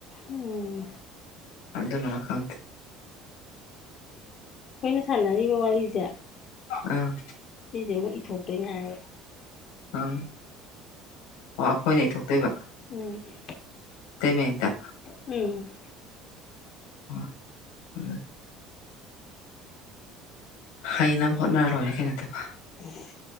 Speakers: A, on the left; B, on the left.
A: ꯎꯝ
B: ꯗ ꯅꯅꯥ ꯈ
A: ꯑꯩꯈꯣꯏꯅ ꯁꯥꯟꯅꯔꯤꯕ ꯋꯥꯔꯤꯁꯦ
B: ꯑꯝ
A: ꯁꯤꯁꯦ ꯑꯃꯨꯛ ꯏꯊꯣꯛꯇꯣꯏꯅꯦ ꯍꯥꯏꯕ
B: ꯎꯝ ꯑꯣ ꯑꯩꯈꯣꯏꯅ ꯏꯊꯣꯛꯇꯣꯏꯕ
A: ꯎꯝ
B: ꯃꯦꯇ
A: ꯎꯝ
B: ꯑ ꯎ ꯍꯩꯅꯅꯕ ꯍꯣꯠꯅꯔ ꯂꯣꯏꯔꯦ ꯀꯩꯅꯣꯗꯕ
A: ꯎꯝ